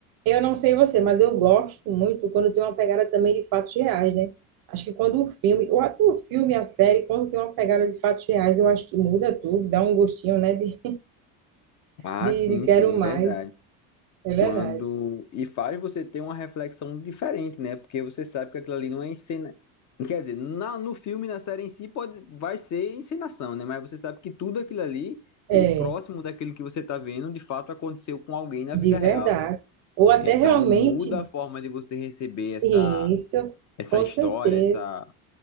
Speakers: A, on the right (about 50°); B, on the left (about 40°).
A: eu não sei você, mas eu gosto muito quando tem uma pegada também de fatos reais, né? Acho que quando o filme, ou até o filme, a série, quando tem uma pegada de fatos reais, eu acho que muda tudo, dá um gostinho, né? De,
B: ah,
A: de,
B: sim,
A: de quero
B: sim,
A: mais.
B: verdade.
A: É
B: quando
A: verdade.
B: e faz você ter uma reflexão diferente, né? Porque você sabe que aquilo ali não é encena, quer dizer, na, no filme, na série em si pode vai ser encenação, né? Mas você sabe que tudo aquilo ali
A: É,
B: ou próximo daquilo que você tá vendo, de fato aconteceu com alguém na
A: de
B: vida
A: verdade.
B: real, né?
A: Ou até
B: Então
A: realmente,
B: muda a forma de você receber essa
A: isso,
B: essa
A: com
B: história,
A: certeza.
B: essa